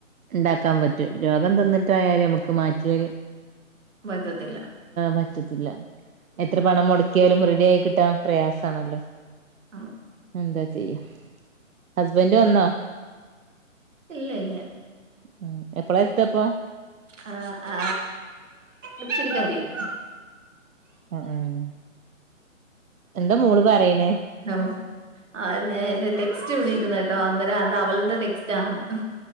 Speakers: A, on the right; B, on the right.
A: ഉണ്ടാക്കാൻ പറ്റും രോഗം തിന്നിട്ടായാല് നമുക്ക് മാറ്റിയല്
B: പറ്റത്തില്ല
A: പറ്റത്തില്ല എത്ര പണം മുട യാലും റെഡി ആയി കിട്ടാ പ്രയാസാണല്ലോ
B: ആ
A: എന്താ ചെയ്യാ ഹസ്ബന്റ് വന്നോ
B: ഇല്ല ഇല്ല
A: ഉം എപ്പളാ എത്തപ്പൊ
B: ആ ആ ഇച്ചിരി കയിം
A: ആ ഉം എന്താ മോള് പറയണേ
B: ഓ അ ഞാൻ എന്റെ ടെക്സ്റ്റ് വിടി കേട്ടോ അന്നേരം അത് അവളുടെ ടെക്സ്റ്റ് ആന്ന്